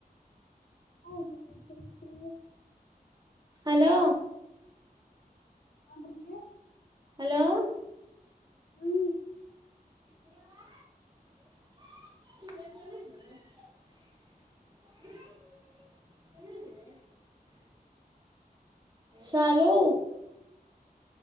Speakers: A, on the left; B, on the right.
A: <unintelligible>
B: ہلو
A: ہاں بولیے
B: ہلو
A: ہوں
B: <unintelligible> <unintelligible> چلے گئے سالو